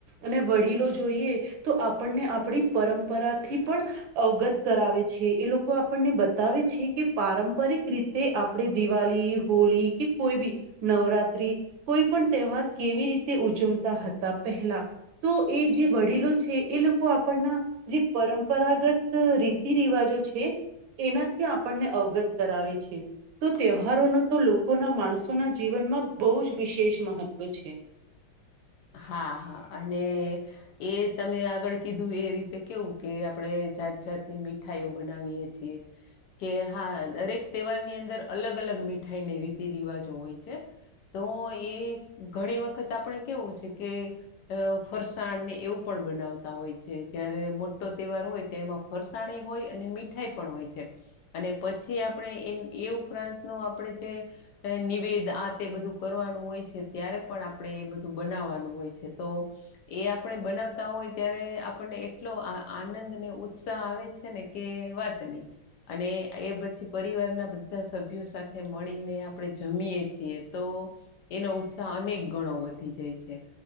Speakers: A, on the right (about 80°); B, on the left (about 70°).
A: અને વડીલો જોઈએ તો આપણને આપણી પરંપરાથી પણ અવગત કરાવે છે એ લોકો આપણને બતાવે છે. કે પારંપરિક રીતે આપણે દિવાળી હોળી કે કોઈ બી નવરાત્રી કોઈ પણ તહેવાર કેવી રીતે ઉજવતા હતા પહેલા તો એ જે વડીલો છે એ લોકો આપણના. જે પરંપરાગત રીતિ રિવાજો છે એનાથી આપ આપણને અવગત કરાવે છે. તો તહેવારોનો તો લોકોના માણસોના જીવનમાં બહુ જ વિશેષ મહત્વ છે.
B: હા હા અને એ તમે આગળ કીધું એ રીતે કેવું કે આપણે જાત જાતની મી મિઠાઈઓ બનાવીએ છીએ. કે હા દરેક તહેવાર ની અંદર અલગ અલગ મીઠાઈ ને રીતિ રિવાજો હોય છે. તો એ ઘણી વખત આપણે કેવું છે કે અ ફરસાણ ને એવું પણ બનાવતા હોય છે જયારે મોટો તહેવાર હોય તો એમાં ફરસાણ હોય અને મીઠાઈ પણ હોય છે. અને પછી આપણે એ એ ઉપરાંત નુ આપણે જે નિવેદ આ તે બધું કરવાનું હોય છે ત્યારે પણ આપડે એ બધું બનાવવાનું હોય છે તો એ આપણે બનાવતા હોય ત્યારે આપણને એટલો આનંદ ને ઉત્સાહ આવે છે ને કે વાતની અને એ પછી પરિવારના બધા સભ્યો સાથે મળીને આપણે જમીએ છીએ તો એનો ઉત્સાહ અનેક ગણો વધી જાય છે.